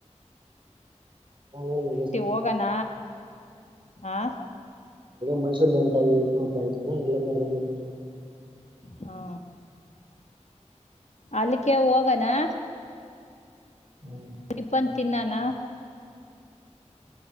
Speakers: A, on the right; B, on the left.
A: <inaudible> <unintelligible>
B: ಹೋಗಣ ಆ
A: ಮೈಸ್ ಬಂತ ಅಂತತನ ಎಲ್ಲ ಕರ್ದೊಂಡರ್ತ
B: ಹಾ ಅಲ್ಲಿಕ್ಕೆ ಹೋಗನಾ
A: ಹ್ಮ್
B: ಇಪ್ಪನ್ ತಿನ್ನಾನ